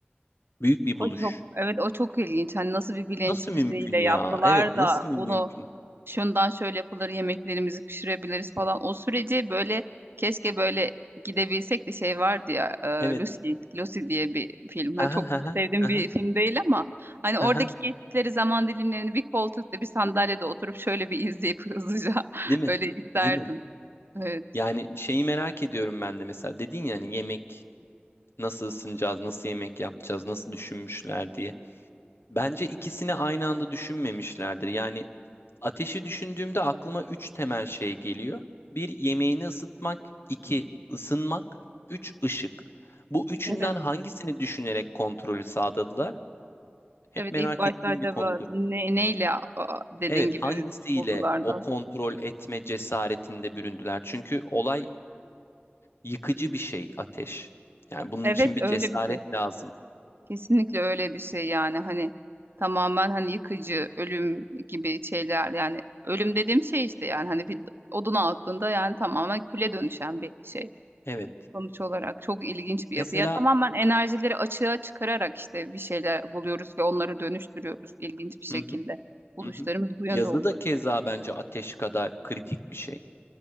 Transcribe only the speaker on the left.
büyük bir
buluş.
Nasıl
mümkün
ya? Evet nasıl
mümkün?
Evet.
Aha,
aha,
aha,
aha.
Değil mi?
Değil mi?
Yani şeyi merak ediyorum ben de mesela dedin ya hani yemek nasıl ısınacağız, nasıl yemek yapacağız, nasıl düşünmüşler diye. Bence ikisini aynı anda düşünmemişlerdir. Yani Ateşi düşündüğümde aklıma üç temel şey geliyor. Bir, yemeğini ısıtmak. iki ısınmak. Üç, ışık. Bu üçünden
hangisini düşünerek kontrolü sağladılar? Hep
merak
ettiğim
bir konudur.
Evet,
hangisiyle
o
kontrol etme cesaretinde büründüler? Çünkü olay yıkıcı bir şey ateş. Yani bunun
için bir
cesaret
lazım.
Evet.
Mesela
hı hı,
hı hı.
Yazı
da keza bence ateş kadar kritik bir şey.